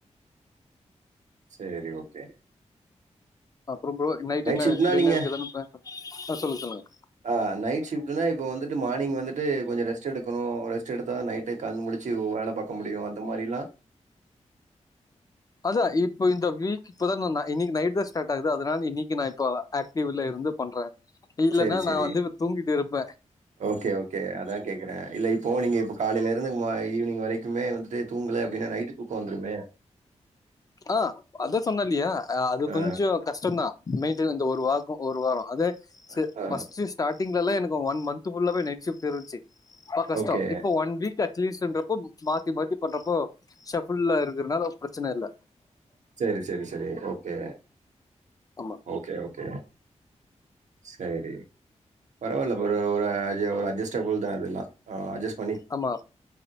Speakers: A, on the right; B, on the left.
A: செரி ஓகே
B: ரொம்ப‌ நைட் என்ன
A: ஷிஃப்ட்னா
B: டின்னருக்கு
A: நீங்க
B: எதான்னு ப ஆ சொல்லுங்க சொல்லுங்க
A: ஆ நைட் ஷிஃப்ட்னா இப்ப வந்துட்டு மார்னிங் வந்துட்டு கொஞ்சோ ரெஸ்ட் எடுக்கனு ரெஸ்ட் எடுத்தா தா நைட்டு கண்ணு முழி ச்சு வேல பாக்க முடியு அந்த மாரி லா
B: அதா இப்போ இந்த வீக் இப்ப தா நா இன்னைக்கு நைட் தா ஸ்டார்ட் ஆகுது அதனால இன்னைக்கு நா இப்ப ஆக்டிவ்ல வந்து பண்றே இல்லன்னா
A: சரி, சரி.
B: நா வந்து இப்ப தூங்கிட்டு இருப்பே
A: ஓகே ஓகே அதா கேக்குறே இல்ல இப்போ நீங்க இப்ப காலைல இருந்து ஈவ்னிங் வரைக்குமே வந்துட்டு தூங்கல அப்டின்னா நைட்டு் தூக்க வந்துருமே
B: ஆ அதா சொன்னேஇல்லையா அது
A: ஆ,
B: கொஞ்சோ கஷ்டோதா மெயின்டேன் இந்த ஒரு வாக் ஒரு வாரோ அதே
A: அ,
B: ஃபர்ஸ்ட்டு
A: ஆ.
B: ஸ்டார்டிங்லலா எனக்கு ஒன் மந்த் குள்ளவே நைட் ஷிஃப்ட் இருந்துச்சு ரொம்ப கஷ்டோ
A: ஓகே.
B: இப்போ ஒன் வீக் சீஸ்ஸுன்றப்ப மாத்தி மாத்தி பண்றப்போ ஷஃபுல்லா இருக்கறனால பிரச்சன இல்ல
A: செரி செரி செரி ஓகே
B: ஆமா
A: ஓகே ஓகே செரி பரவால்ல ப்ரோ ஒரு அஜி அஜெஸ்டபுள் தா இதெல்லா அஜெஸ்
B: ஆமா